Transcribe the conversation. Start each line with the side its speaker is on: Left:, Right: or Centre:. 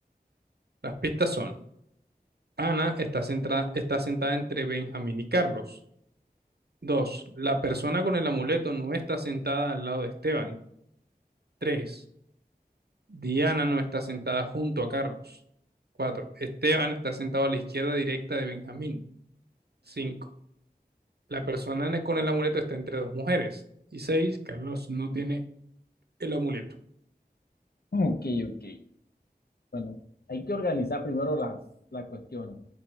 Right: Las pistas son, Ana está, centra- está sentada entre Benjamín y Carlos. Dos, la persona con el amuleto no está sentada al lado de Esteban. Tres, Diana no está sentada junto a Carlos. 4. Esteban está sentado a la izquierda directa de Benjamín. 5. La persona con el amuleto está entre dos mujeres. Y 6. Carlos no tiene el amuleto. <clears throat>
Left: ok, ok, ok. Bueno, hay que organizar primero las, las cuestiones.